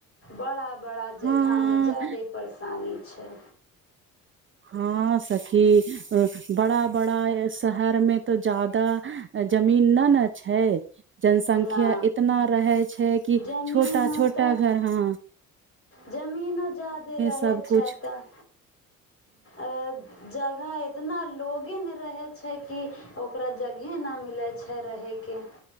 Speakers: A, on the left; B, on the right.
A: बड़ा बड़ा
B: हँ
A: जगह में जादे परेशानी छै
B: हँ सखी बड़ा बड़ा शहर मे तऽ जादा जमीन नहि ने छै जनसंख्या
A: ना
B: इतना रहै छै कि
A: जमीनो
B: छोटा छोटा
A: तऽ
B: घर हाँ
A: जमीनो जेदे रहै
B: सब कुछ
A: छै तऽ अ जगह एतना ना लोगे न रहै छै कि ओकरा जग हे न मिलै छै रहैके